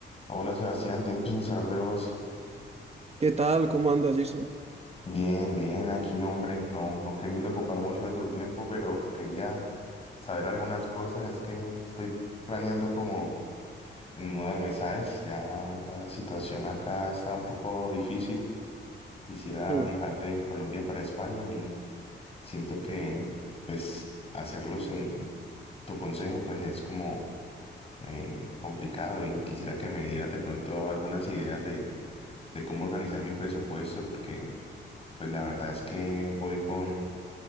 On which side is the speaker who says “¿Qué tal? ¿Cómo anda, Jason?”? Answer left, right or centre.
Right